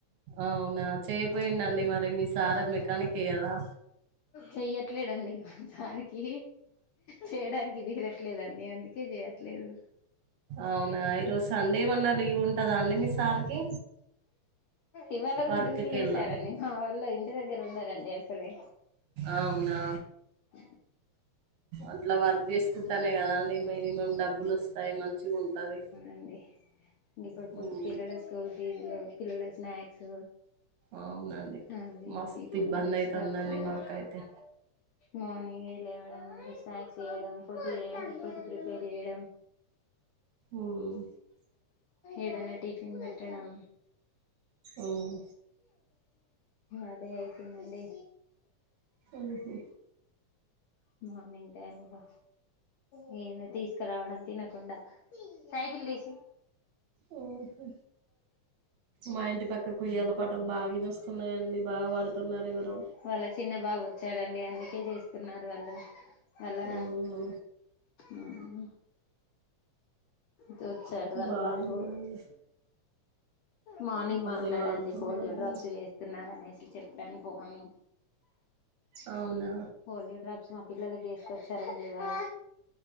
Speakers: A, on the right; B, on the left.
A: అవునా చేయపోయిండండి మరి మీ సార్ మెకానికే కదా
B: చెయ్య ట్లేదండి మా సారి కీ చేయడానికి తీరట్లేదండి అందుకే చేయట్లేదు
A: అవునా ఈరోజు సండేమన్నా లీవ్ ఉంటదా అండి మీ సార్కి
B: ఇవాళ కూడా
A: వర్క్కి
B: డ్యూటీ చేశారండి
A: వెళ్ళా
B: మావొళ్ళు ఇంటి దగ్గర ఉండరండి అసలే
A: అవునా
B: అ
A: అట్లా వర్క్ చేసుకుంటానే కదా అండి మినిమం డబ్బులు వస్తాయి మంచిగా ఉంటది
B: అండి ఇంగ ఇప్పుడు
A: ఉమ్
B: పి పిల్లల స్కూల్ ఫీజు పిల్లలకి స్నాక్స్
A: అవునండి
B: అవి
A: మస్తు
B: ఇవి పుల్లు
A: ఇబ్బంది
B: రిస్క్
A: అయితుందండి
B: అవుతుందని
A: మాకైతే
B: మార్నింగే లేవడం స్నాక్స్ చేయడం ఫుడ్ చేయడం ఫుడ్ ప్రిపేర్ చేయడం
A: ఉమ్
B: ఏదనా టిఫిన్ పెట్టడం
A: ఉమ్
B: అదే అయితుందండి
A: ఉహు
B: మార్నింగ్ టైమ్ లో నేను తీసుకురావడం తినకుండా సైకిల్ తీసి
A: ఉమ్ హు మా ఇంటి పక్కకుయ్యల పాటలు బాగా ఇనోస్తున్నాయండి బాగా పాడుతున్నారు ఎవరో
B: వాళ్ళ చిన్న బాబు వచ్చాడండి అందుకే చేస్తున్నారు వాళ్ళు అలా
A: అవును
B: ఉమ్ తోచ్చాడు వాళ్ళ
A: బాగుందండి
B: బాబు మార్నింగ్
A: భలే
B: మాట్లాడ
A: పాడుతుందండి
B: అండి పోలియో డ్రాప్స్ వేస్తున్నారు అనేసి చెప్పాను పోనీ
A: అవునా
B: పోలియో డ్రాప్స్ మా పిల్లలకు ఏసుకొచ్చారండి ఇవ్వాలా